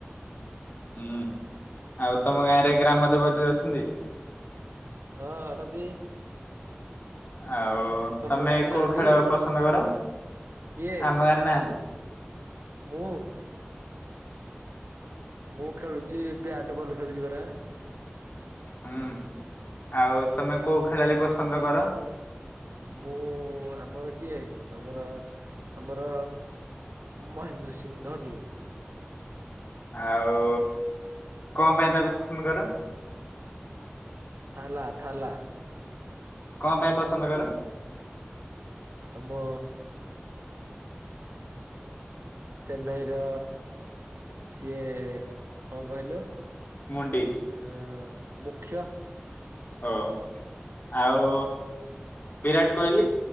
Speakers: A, on the left; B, on the right.
A: ହୁଁ ଆଉ ତମ ଗାଁ ରେ ଗ୍ରାମ ଦେବତୀ ଅଛନ୍ତି?
B: ହଁ ଅଛନ୍ତି
A: ଆଉ
B: ତମ
A: ତମେ
B: ଗାଁରେ ନାହାନ୍ତି
A: କୋଉ ଖେଳ ପସନ୍ଦ କର
B: କିଏ
A: ଆମ ଗାଁରେ ନାହାନ୍ତି
B: ମୁଁ। ମୁଁ ଖେଳୁଛି ବ୍ୟାଟ୍ ବଲ୍ ଖେଳୁଛି ପରା।
A: ହୁଁ ଆଉ ତମେ କୋଉ ଖେଳାଳି ପସନ୍ଦ କର?
B: ମୁଁ ଆମର କିଏ ଆମର ଆମର ମହେନ୍ଦ୍ର ସିଂ ଧୋନି।
A: ଆଉ କଣ ପାଇଁ ତାକୁ ପସନ୍ଦ କର?
B: ଲା ଲା
A: କଣ ପାଇଁ ପସନ୍ଦ କର?
B: ମୋ ଚେନ୍ନାଇ ର ସିଏ କଣ କହିଲୁ?
A: ମୁଡି
B: ହଁ ମୁଖ୍ୟ
A: ଓ ଆଉ ବିରାଟ କୋହଲି?